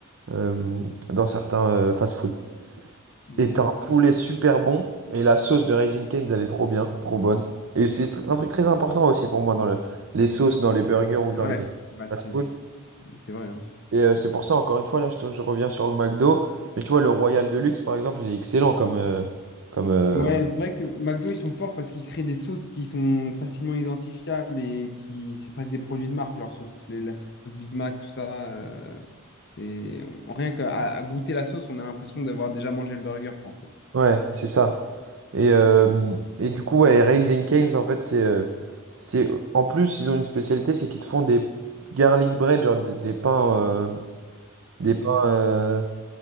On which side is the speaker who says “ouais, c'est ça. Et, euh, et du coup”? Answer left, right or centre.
Right